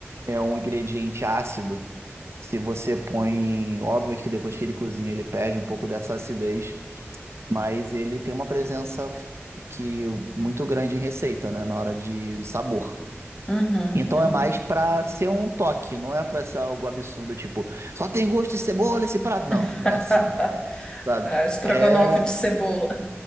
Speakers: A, on the right; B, on the left.
A: é um ingrediente ácido, se você põe, óbvio que depois que ele cozinha, ele perde um pouco dessa acidez, mas ele tem uma presença que muito grande em receita, né? Na hora de, de sabor.
B: uhum,
A: Então
B: uhum.
A: é mais pra ser um toque, não é pra ser algo absurdo, tipo, só tem gosto de cebola esse prato. Não,
B: <laughs>
A: não é assim, sabe?
B: É, Estrogonofe
A: É,
B: de cebola.